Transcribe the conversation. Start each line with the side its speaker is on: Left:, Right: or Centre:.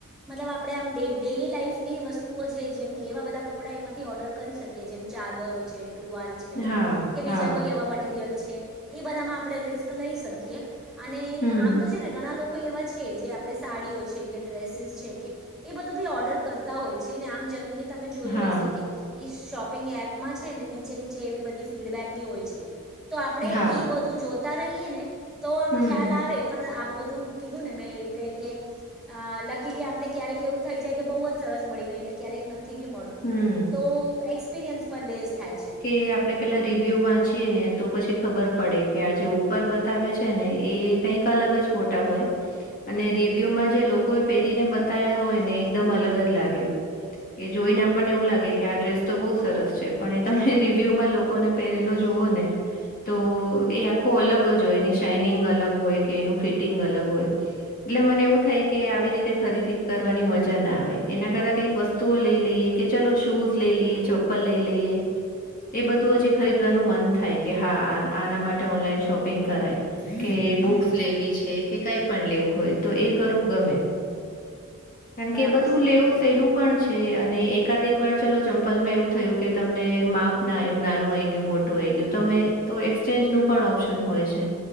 Centre: મતલબ આપણે આમ ડે ડેલી લાઈફ ની વસ્તુઓ છે જેમ એવા બધા કપડા માંથી ઓર્ડર કરી શકી જેમ ચાદરો છે ટુવાલ છે
Left: હા,
Centre: કે
Left: હા,
Centre: બીજા કોઈ એવા મટીરયલ છે એ બધા આપણે રિસ્ક લઈ શકીએ અને
Left: હમ,
Centre: આમ તો છે ને ઘણા લોકો એવા છે જે આપડે સાડીઓ છે કે ડ્રેસીસ છે કે એ બધું બી ઓર્ડર કરતા હોય છે ને આમ જનરલી તમે જોયું
Left: હા,
Centre: હશે કે ઈ શોપિંગ એપમાં છે ને નીચે નીચે એવી બધી ફીડબેક બી હોય છે તો આપણે
Left: હા,
Centre: ઈ બધું જો તા રહીએ ને તો આમ
Left: હમ,
Centre: ખ્યાલ આવે પણ આ બધું કીધું ને મેં એ રીતે અ લકીલી આપને ક્યારેક એવું થઈ જાય બહુ જ સરસ મળી ગયુંને ક્યારેક નથી બી મળતું
Left: હમ.
Centre: તો એક્સપિરિયન્સ પર બેઝ થાય છે.
Left: આપણે પેલા રિવ્યુ વાંચીએ ને તો પછી ખબર પડે કે આ જે ઉપર બતાવે છે ને એ કંઈક અલગ જ ફોટા હોય. અને રિવ્યુમાં જે લોકો એ પહેરીને બતા્યા હોય ને એકદમ અલગ જ લાગે. એ જોઈને આપણને એવું લાગે કે આ ડ્રેસ તો બહુ સરસ છે પણ એ તમે રિવ્યુમાં લોકોને પહેરેલો જો જોઓને. તો એ આખો અલગ જ હોય એની શાઇનિંગ અલગ હોય કે એનું ફિટિંગ અલગ હોય. એટલે મને એવું થાય કે આવી રીતે ખરીદી કરવાની મજા ના આવે. એના કરતા કંઈક વસ્તુઓ લઈ લઈએ કે ચલો શૂઝ લઈ લઈએ ચપ્પલ લઈ લઈએ. એ બધું હજી ખરીદવાનું મન થાય કે હા આના માટે ઓનલાઈન શોપિંગ કરાય કે બુક્સ લેવી છે કે કઈ પણ લેવું હોય તો એ કરવું ગમે. કારણ
Centre: બરાબર
Left: કે એ બધું
Centre: છે.
Left: લેવું
Centre: તમારી
Left: સેલું
Centre: વાત
Left: પણ છે. અને એકાદ એક વાર ચલો ચંપલમાં એવું થયું કે તમને માપ ના આવ્યું નાનું આઈ ગયું મોટું આઈ ગયું. તમે તો એક્સચેન્જનું પણ ઓપ્શન હોય છે